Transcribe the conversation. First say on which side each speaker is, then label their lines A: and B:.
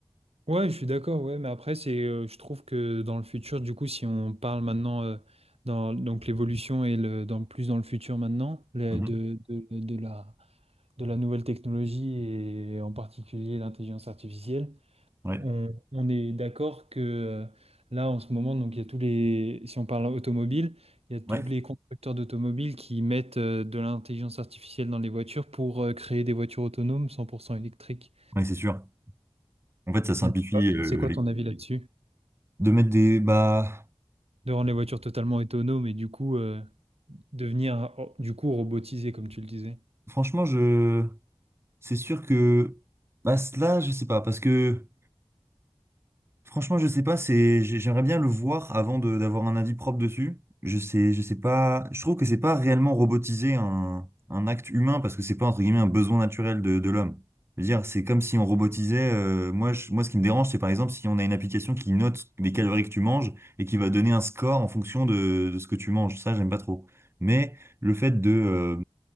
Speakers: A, on the right; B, on the right.
A: Ouais, je suis d'accord, ouais, mais après c'est euh, je trouve que dans le futur du coup si on parle maintenant euh, dans donc l'évolution et le dans plus dans le futur maintenant le-
B: Mhm.
A: de, de, de la de la nouvelle technologie et en particulier l'intelligence artificielle
B: Ouais,
A: On, on est d'accord que euh, là, en ce moment, donc il y a tous les, si on parle automobile, il y a tous
B: ouais,
A: les constructeurs d'automobiles qui mettent euh, de l'intelligence artificielle dans les voitures pour euh, créer des voitures autonomes 100% électriques.
B: ouais, c'est sûr. En fait, ça simplifie,
A: Donc, hop,
B: euh,
A: C'est quoi
B: les
A: ton avis là-dessus?
B: De mettre des. Bah,
A: De rendre les voitures totalement autonomes et du coup euh, devenir oh, du coup robotisées, comme tu le disais.
B: franchement, je. C'est sûr que. Bah, là, je sais pas. Parce que. Franchement, je sais pas, c'est, j'ai- j'aimerais bien le voir avant de- d'avoir un avis propre dessus. Je sais, je sais pas, je trouve que c'est pas réellement robotiser un, un acte humain parce que c'est pas entre guillemets un besoin naturel de, de l'homme. Je veux dire, c'est comme si on robotisait, euh, moi, je- moi, ce qui me dérange, c'est par exemple si on a une application qui note les calories que tu manges et qui va donner un score en fonction de, de ce que tu manges. Ça, j'aime pas trop. Mais le fait de, euh,